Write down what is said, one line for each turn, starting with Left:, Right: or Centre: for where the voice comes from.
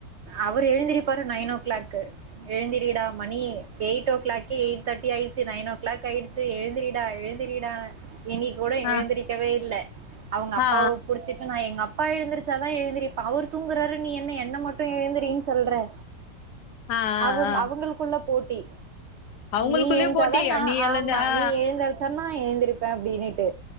Right: அவரு எழுந்திரிப்பாரு நைன்னோ கிளாக்கு எழுந்திரடா மணி எயிட் ஓ கிளாக் எயிட் தேட்டி ஆயிடிச்சு நைன்னோ கிளாக் ஆயிடிச்சு எழுந்திரிடா எழுந்திரிடா இன்னிக் கூட
Left: ஆ
Right: எழுந்திரிக்கவே இல்ல அவங்க அப்பாவ
Left: ஆ ஆ
Right: புடிச்சிட்டு நா எங்க அப் அப்பா எழுந்திரிச்சா தா எழுந்திரிப்பா அவர் தூங்குறாரு நீ என்ன என்ன மட் மட்டு எழிந்திரினு சொல்றே
Left: ஆ ஆ
Right: அவங்க
Left: ஆ
Right: அவங்களுக்குள்ள போட் டி
Left: அவங்களுக்குள்ளயே
Right: நீ என்ச்சாதா
Left: போட்டி
Right: ந
Left: நீ எழுந்து
Right: ஆமா
Left: ஆ
Right: நீ எழுந்தர்ச்சன்னா ஏந்திரிப்பே அப்டீனுட்டு